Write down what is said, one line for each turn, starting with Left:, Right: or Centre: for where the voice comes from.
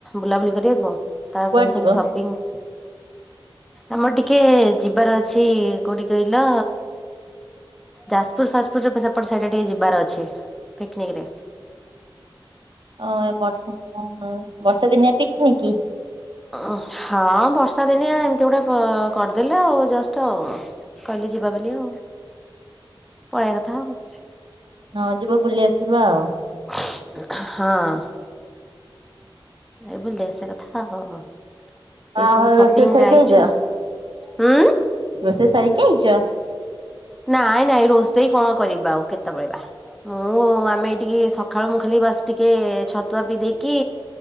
Centre: ବୁଲାବୁଲି କରିବାକୁ ତା
Right: କୁଆଡେ
Centre: ପାଇଁ
Right: ଯିବ?
Centre: ସବୁ ସପିଙ୍ଗ
Right: <inaudible>
Centre: ଆମର ଟିକେ ଯିବାର ଅଛି କୋଉଠି କହିଲ ଯାଜପୁର ଫାଜଫୁୁର ସେପଟ ସେଇଟା ଟିକେ ଯିବାର ଅଛି ପିକନିକ୍ ରେ।
Right: ଓ ବର୍ଷା ବର୍ଷା ଦିନିଆ ପିକନିକି।
Centre: ଉ ହଁ ବର୍ଷା ଦିନିଆ ଏମିତି ଗୋଟେ କ କରିଦେଲେ ଆଉ ଜଷ୍ଟ ଆଉ। କହିଲେ ଯିବା ବୋଲି ଆଉ ପଳେଇବା କଥା ଆଉ।
Right: ହଁ ଯିବ ବୁଲି ଆସିବା ଆଉ।
Centre: ହଁ। ଏଇ ବୁଲି ଦେ ଆସିବା କଥା ଆଉ।
Right: ଓହୋ
Centre: ଏ ସବୁ ସପିଙ୍ଗ
Right: ରୋଷେଇ ସାରିକି
Centre: ଯାଇଛୁ
Right: ଆଇଛ?
Centre: ଆଉ, ଉଁ।
Right: ରୋଷେଇ ସାରିକି ଆଇଛ?
Centre: ନାଇଁ ନାଇଁ ରୋଷେଇ କଣ କରିବା ଆଉ କେତେବେଳେବା। ମୁଁ ଆମେ ଏଇଠିକି ସକାଳୁ ମୁଁ ଖାଲି ବାସ ଟିକେ ଛତୁଆ ପିଇ ଦେଇେକି